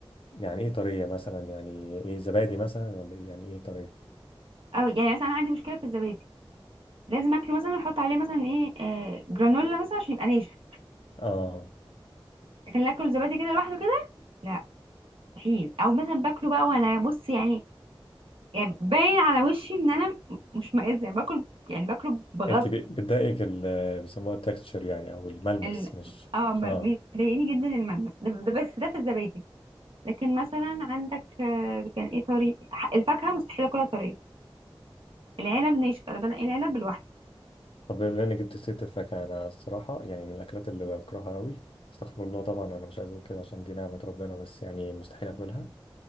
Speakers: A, on the left (about 75°); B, on the right (about 75°).
A: يعني ايه طريه مثلا يعني ايه زبادي مثلا ولا ايه يعني ايه طريه
B: او يعني مثلا انا عندي مشكله في الزبادي لازم اكله مثلا احط عليه مثلا ايه آه جرانولا مثلا عشان يبقى ناشف
A: اه
B: لكن اكله زبادي كده لوحده كده لا مستحيل او مثلا باكله بقى وانا بص يعني يعني باين على وشي ان انا مش مائزه يعني باكل يعني باكله بغصب
A: انت ب- بتضايقك ال- بيسموها التكستشر يعني او الملمس
B: يعني
A: مش
B: اه ب-
A: اه
B: بيضايقني جدا الملمس ده ده بس ده في الزبادي لكن مثلا عندك آه كان ايه طري ح- الفاكهه مستحيل اكلها طريه العنب ناشف انا بنقي العنب لوحده
A: طب بما انك جبت سيرة الفاكهة انا الصراحة يعني من الاكلات اللي بكرهها قوي استغفر الله طبعا انا مش عايز اقول كده عشان دي نعمة ربنا بس يعني مستحيل اكلها